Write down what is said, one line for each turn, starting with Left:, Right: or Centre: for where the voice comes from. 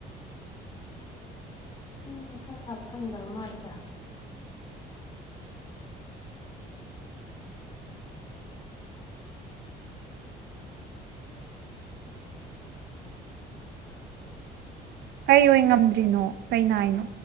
Left: ꯎꯝ ꯅꯁꯥ ꯁꯥꯕ ꯍꯟꯗꯕ ꯃꯥꯂꯤꯗ
Right: ꯀꯩ ꯑꯣꯏ ꯉꯝꯗ꯭ꯔꯤꯅꯣ ꯀꯩ ꯅꯥꯏꯅꯣ